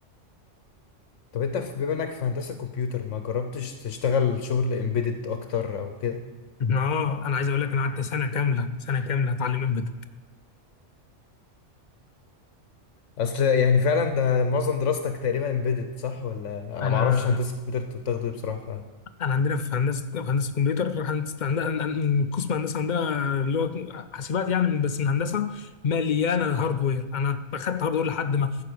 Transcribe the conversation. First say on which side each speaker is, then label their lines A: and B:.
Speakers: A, on the left; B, on the left.
A: طب انت في- بما انك في هندسة كمبيوتر ما جربتش تشتغل شغل امبيدد اكتر او كده
B: اه انا عايز اقول لك انا قعدت سنه كامله سنه كامله اتعلم امبيدد
A: اصل يعني فعلا ده معظم دراستك تقريبا امبيدد صح ولا انا
B: انا
A: ما اعرفش هندسة كمبيوتر انتوا بتاخدوا ايه بصراحة ف
B: انا عندنا في هندسه في هندسه كمبيوتر هندسه عندنا قسم هندسه عندنا اللي هو حاسبات يعني من- بس من هندسه مليانه هاردوير انا اخدت هاردوير لحد ما